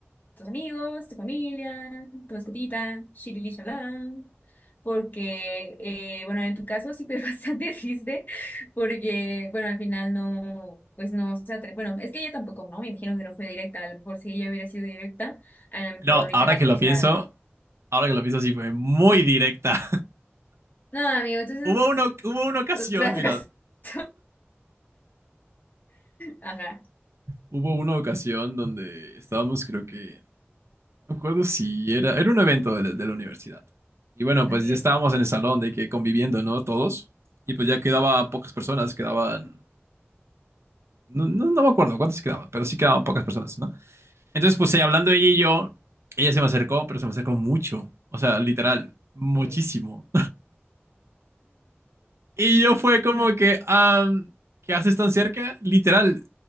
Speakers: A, on the left; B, on the right.
A: tus amigos, tu familia, tu mascotita, shirili shalá. Porque, eh, bueno, en tu caso sí fue <laughs> bastante triste, porque, bueno, al final no, pues no se atre- Bueno, es que ella tampoco, ¿no? Me imagino que no fue directa, a lo mejor si ella hubiera sido directa, a lo mejor
B: No,
A: ahorita
B: ahora
A: la
B: que
A: cosa.
B: lo pienso, ahora que lo pienso sí fue muy directa.
A: No, amigo, entonces,
B: Hubo una, hubo una ocasión,
A: o sea,
B: mira,
A: tu caso. <laughs> Ajá,
B: hubo una ocasión donde estábamos, creo que, no me acuerdo si era, era un evento de la, de la universidad. Y bueno,
A: ok,
B: pues ya estábamos en el salón de que conviviendo, ¿no? Todos. Y pues ya quedaban
A: ajá,
B: pocas personas, quedaban, no, no, no me acuerdo cuántas quedaban, pero sí quedaban pocas personas, ¿no? Entonces, pues ahí hablando ella y yo, ella se me acercó, pero se me acercó mucho. O sea, literal,
A: ok.
B: muchísimo. Y yo fue como
A: Ujú,
B: que, am, ¿qué haces tan cerca? Literal.